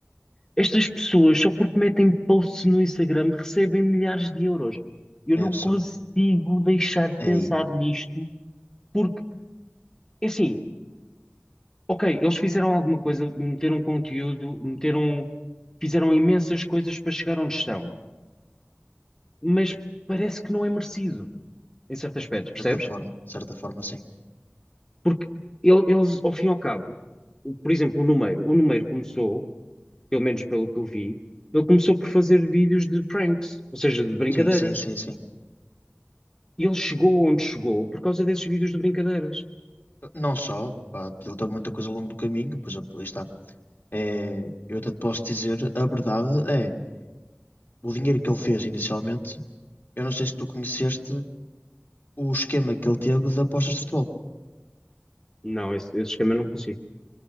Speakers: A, on the left (about 15°); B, on the left (about 55°).
A: estas pessoas, só porque metem posts no Instagram, recebem milhares de euros. Eu
B: É
A: não
B: absurdo.
A: consigo deixar de
B: É
A: pensar
B: aí, de
A: nisto porque, é assim, Ok, eles fizeram alguma coisa, meteram conteúdo, meteram, fizeram imensas coisas para chegar onde estão, mas parece que não é merecido, em certo aspecto, percebes?
B: certa forma, de certa forma, sim.
A: Porque ele- eles, ao fim e ao cabo, o- por exemplo, o Numeiro, o Numeiro começou, pelo menos pelo que eu vi, ele começou por fazer vídeos de pranks, ou seja, de brincadeiras.
B: Sim, sim, sim, sim.
A: E ele chegou onde chegou por causa desses vídeos de brincadeiras.
B: Não só, pá, ele tem muita coisa ao longo do caminho, por exemplo, aí está. É, eu até te posso dizer, a verdade é, o dinheiro que ele fez inicialmente, eu não sei se tu conheceste o esquema que ele teve de apostas de futebol.
A: Não, esse, esse esquema eu não consigo.